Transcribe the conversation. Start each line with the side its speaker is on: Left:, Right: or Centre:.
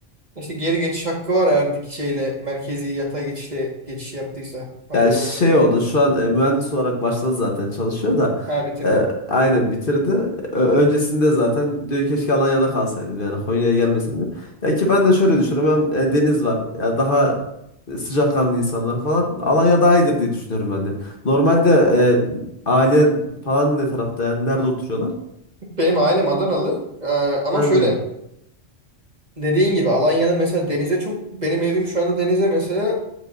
Right: İşte geri geçiş hakkı var eğer dik- şeyle merkezi yatay geçişle geçiş yaptıysa. Haberi
Left: Ya şey
Right: olsun yani.
Left: oldu şu an e, mühendis olarak başladı zaten çalışıyor da
Right: Ha bitirdi.
Left: e, aynen bitirdi. Ö- öncesinde zaten diyor keşke Alanya'da kalsaydım yani Konya'ya gelmesin diyor. Ya ki ben de şöyle düşünüyorum hem e, deniz var ya daha e, sıcakkanlı insanlar falan Alanya daha iyidir diye düşünüyorum ben de. Normalde e, ailen falan ne tarafta yani nerede oturuyorlar?
Right: Benim ailem Adanalı. Ee, ama
Left: Hmm.
Right: şöyle Dediğin gibi Alanya'da mesela denize çok benim evim şu anda denize mesela